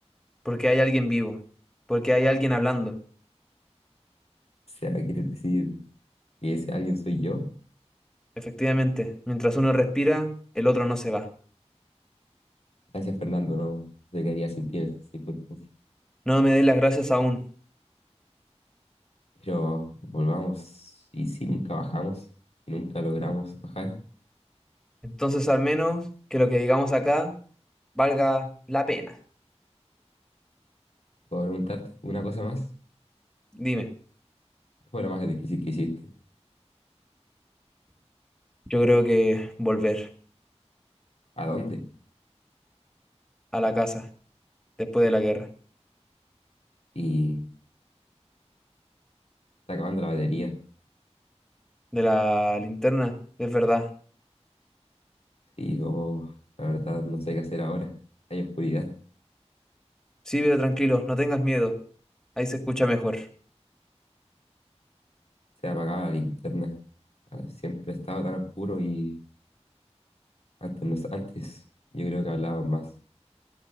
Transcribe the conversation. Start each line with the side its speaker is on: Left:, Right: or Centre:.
Centre: porque hay alguien vivo, porque hay alguien hablando.
Left: O sea, ¿quieres decir que ese alguien soy yo?
Centre: Efectivamente, mientras uno respira, el otro no se va.
Left: Gracias, Fernando, no se quedaría sin ti en estas circunstancias.
Centre: No me des las gracias aún.
Left: Pero volvamos, y si nunca bajamos, y nunca logramos bajar,
Centre: Entonces, al menos que lo que digamos acá valga la pena.
Left: puedo preguntarte una cosa más.
Centre: Dime,
Left: ¿Qué fue lo más difícil que hiciste?
Centre: yo creo que volver
Left: ¿A dónde?
Centre: a la casa después de la guerra.
Left: Y está acabando la batería.
Centre: de la linterna, es verdad.
Left: Y yo, la verdad, no sé qué hacer ahora. Hay oscuridad.
Centre: Sí, pero tranquilo, no tengas miedo. Ahí se escucha mejor.
Left: Se ha apagado la linterna. Ah, Siempre estaba tan oscuro y antes, no, antes yo creo que hablábamos más.